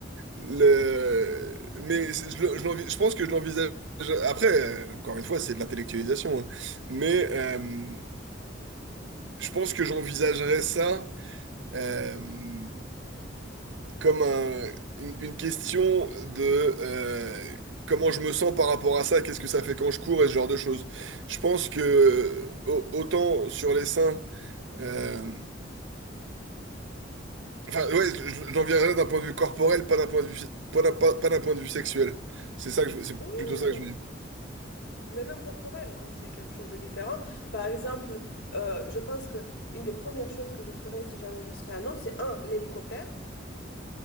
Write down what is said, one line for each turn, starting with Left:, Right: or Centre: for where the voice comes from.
Right: Le... Mais c'est- je, le- je l'envi- je pense que je l'envisage... Après, euh, encore une fois, c'est de l'intellectualisation. hein. Mais euh, je pense que j'envisagerais ça... euh, comme un- une, une question de euh, comment je me sens par rapport à ça, qu'est-ce que ça fait quand je cours et ce genre de choses. Je pense que au- autant sur les seins, euh, enfin ouais, je- j'en viendrai d'un point de vue corporel, pas d'un point de vue, fi- pas d'un pas- pas d'un point de vue sexuel. C'est ça que je- c'est
Left: Oui,
Right: plutôt ça
Left: oui,
Right: que je
Left: oui.
Right: veux dire.
Left: mais même corporel, comme c'est quelque chose de différent. Par exemple, euh, je pense que une des premières choses que je ferais si jamais je serais un homme, c'est un, l'hélicoptère.